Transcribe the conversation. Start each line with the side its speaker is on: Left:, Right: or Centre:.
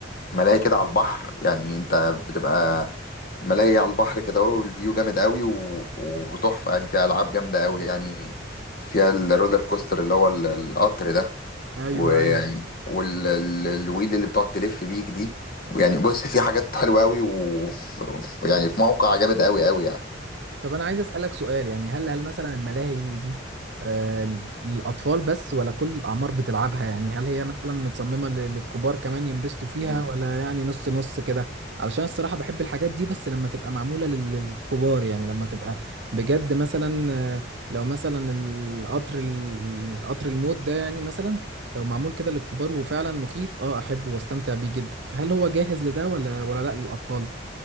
Left: ملاهي كده على البحر يعني انت بتبقى ملاهي على البحر كده والفيو جامد قوي و... وتحفة يعني فيها ألعاب جامدة قوي يعني فيها الرولر كوستر اللي هو ال- القطر ده
Right: ايوه
Left: ويعني
Right: ايوه
Left: والويل اللي بتقعد تلف بيك دي ويعني بص في حاجات حلوه قوي ويعني في موقع جامد قوي قوي يعني
Right: طب انا عايز اسالك سؤال يعني هل هل مثلا الملاهي دي آم، للاطفال بس ولا كل الاعمار بتلعبها يعني هل هي مثلا متصممه ل- للكبار كمان ينبسطوا فيها
Left: لا
Right: ولا يعني نص نص كده علشان الصراحه بحب الحاجات دي بس لما تبقى معموله لل- للكبار يعني لما تبقى بجد مثلا آه، لو مثلا القطر ال- القطر الموت ده يعني مثلا لو معمول كده للكبار وفعلا مخيف اه احبه واستمتع بيه جدا فهل هو جاهز لده ولا ولا لا للاطفال